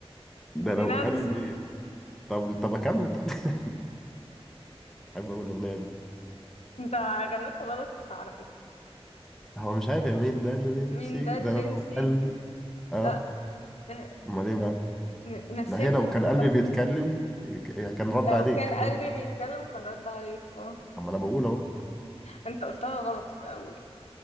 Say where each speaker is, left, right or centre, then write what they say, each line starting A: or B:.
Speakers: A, in the centre; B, on the left (about 85°).
A: ده
B: دي
A: لو
B: نانسي
A: قلبي طب طب اكمل طب <laughs> احب اقول الاغنيه دي
B: أنت غنيتها غلط على فكرة
A: هو مش عارف يا مين ده اللي نسيك
B: مين ده اللي
A: ده لو
B: نسي؟
A: قلبي اه
B: لا آه،
A: امال ايه
B: إيه،
A: بقى
B: ن- نسيتني
A: ما هي لو
B: في
A: كان قلبي
B: الفرق.
A: بيتكلم ك- كان رد
B: لو
A: عليك
B: كان قلبي
A: بس
B: بيتكلم كان رد عليك اه
A: اما انا بقول اهو
B: انت قلتها غلط في الأول